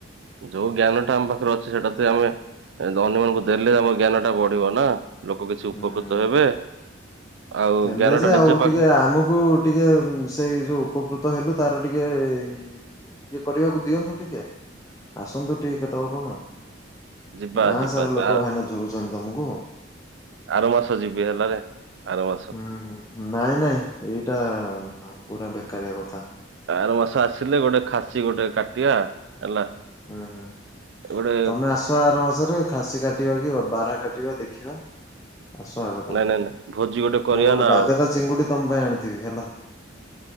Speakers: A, on the right (about 65°); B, on the left (about 15°).
A: ଯୋଉ ଜ୍ଞାନଟା ଆମ ପାଖରେ ଅଛି ସେଟାତି ଆମେ ଅନ୍ୟମାନଙ୍କୁ ଦେଲେ ଆମ ଜ୍ଞାନଟା ବଢିବ ନା। ଲୋକ କିଛି ଉପକୃତ
B: ହୁଁ।
A: ହେବେ। ଆଉ
B: ହେଲେ
A: ଜ୍ଞାନ
B: ଯେ
A: ଟା
B: ଆଉ
A: ନିଜ ପାଖ
B: ଟିକେ ଆମକୁ ଟିକେ ସେଇ ଯୋଉ ଉପକୃତ ହେଲୁ ତାର ଟିକେ ଇ ଇଏ କରିବାକୁ ଦିଅନ୍ତୁ ଟିକେ ଆସନ୍ତୁ ଟିକେ କେତେବେଳେ କଣ।
A: ଯିବା
B: ଗାଁ
A: ଯିବା
B: ସାରା
A: ଯିବା
B: ଲୋକ
A: ଆ
B: ଭାଇନା ଝୁରୁଛନ୍ତି ତମକୁ।
A: ଆର ମାସ ଯିବି ହେଲାରେ ଆର ମାସ।
B: ହୁଁ ହୁଁ ନାଇଁ ନାଇଁ ଏଇଟା ପୁରା ବେକାରିଆ କଥା।
A: ଆର ମାସ ଆସିଲେ ଗୋଟେ ଖାସି ଗୋଟେ କାଟିବା ହେଲା।
B: ହୁଁ ହୁଁ
A: ଗୋଟେ
B: ତମେ ଆସ ଆର ମାସରେ ଖାସି କାଟିବା କି ବାରା଼ହା କାଟିବା ଦେଖିବା। ଆସ ଆଗ ତମେ
A: ନାଇଁ ନାଇଁ ନାଇଁ ଭୋଜି କରିବା
B: ମୁଁ ଗୋଟେ
A: ନା
B: ବାଗେଦା
A: ଆଉ
B: ଚିଙ୍ଗୁଡି ତମ ପାଇଁ ଆଣିଥିବି ହେଲା।